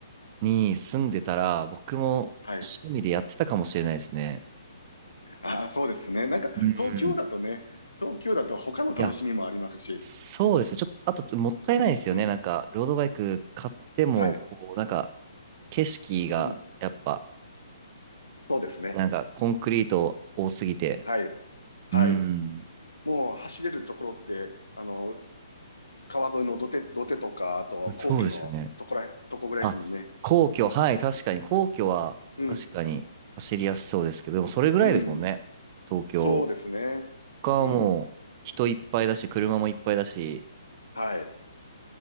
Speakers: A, on the right; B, on the left.
A: に住んでたら、僕も趣味でやってたかもしれないですね。
B: はい。ああ、そうですね。なんか、
A: うん。
B: 東京だとね、東京だと他の楽しみもありますし、
A: いや、そうですね。ちょっと、あと、もったいないですよね。
B: うん、
A: なんか、ロードバイク買っても、
B: はい、
A: こう、なんか、景色が、
B: うん、
A: やっぱ、
B: そうですね。
A: なんか、コンクリート多すぎて。
B: はい、はい。
A: うん。
B: もう走れるところって、あの、川沿いの土手、土手とか、あと皇居のとこら、
A: そうですよね。
B: とこぐらいですもんね。
A: あ、皇居、はい、確かに。皇居は、
B: うん、
A: 確かに、走りやすそうですけど、でも、それぐらいですもんね。
B: うん、
A: 東京。
B: そうですね。
A: 他はもう、
B: うん、
A: 人いっぱいだし、車もいっぱいだし、
B: はい。